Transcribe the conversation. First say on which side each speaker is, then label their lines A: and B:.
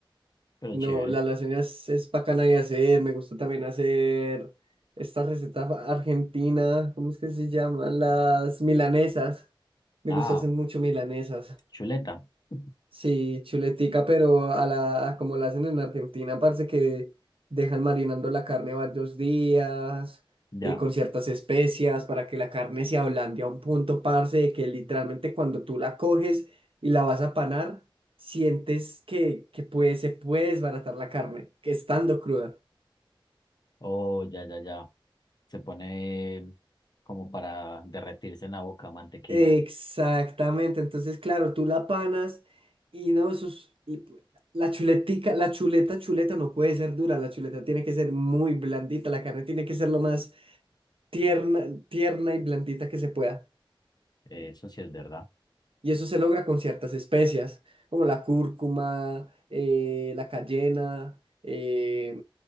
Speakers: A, on the left; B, on the right.
A: pero
B: no,
A: chévere.
B: las lasañas es bacana de hacer. Me gusta también hacer esta receta fa- argentina, ¿cómo es que se llaman? Las milanesas. Me
A: Ah,
B: gusta hacer mucho milanesas.
A: chuleta, <laughs>
B: Sí, chuletica, pero a la, a como la hacen en Argentina, parece que dejan marinando la carne varios días,
A: ya,
B: eh, con ciertas especias, para que la carne se ablande a un punto, parce, de que literalmente cuando tú la coges y la vas a panar, sientes que, que puede, se puede desbaratar la carne, que estando cruda.
A: oh, ya, ya, ya. Se pone como para derretirse en la boca mantequilla.
B: Exactamente, entonces claro, tú la panas y no, eso es- y pu- la chuletica, la chuleta, chuleta no puede ser dura, la chuleta tiene que ser muy blandita, la carne tiene que ser lo más tierna, tierna y blandita que se pueda.
A: Eso sí es verdad.
B: Y eso se logra con ciertas especias, como la cúrcuma, eh, la cayena, eh,